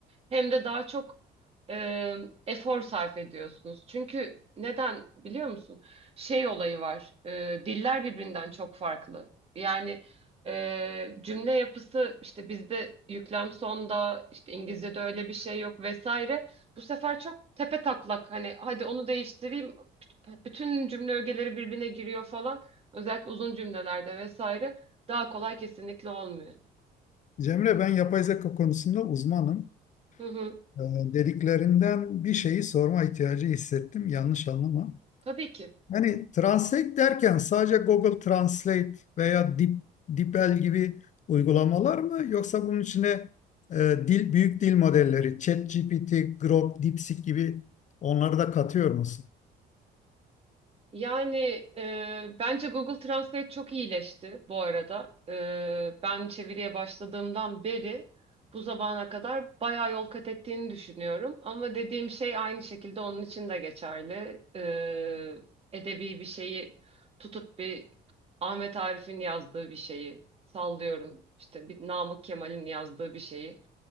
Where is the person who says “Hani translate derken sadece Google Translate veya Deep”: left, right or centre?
Left